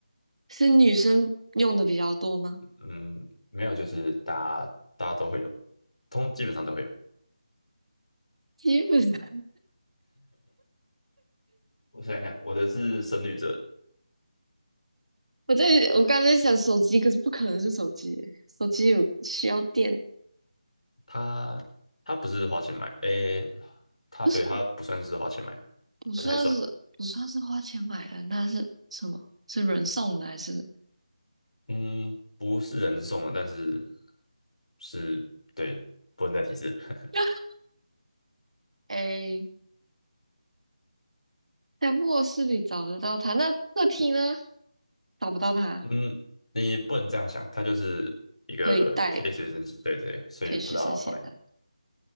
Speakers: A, on the right; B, on the left.
A: 是女生用的比较多吗？
B: 嗯，没有就是大家大家都会有，通基本上都会有。
A: 基本上
B: 我想想看，我的是深绿色，
A: <laughs> 我在我刚才在想手机，可是不可能是手机手机有需要电，
B: 它它不是花钱买的，诶，它对它不算是花钱买的，
A: 不是不算是不算是花钱买的，
B: 不太算。
A: 那是什么？是人送的还是？
B: 嗯，不是人送的，但是是，对，不能再提示。<laughs>
A: <laughs> 哎，在卧室里找得到它，那客厅呢？找不到它，
B: 嗯，你不能这样想，它就是一个可以随身携，
A: 可以带，
B: 对对，所以不知道放在哪。
A: 可以随身携带。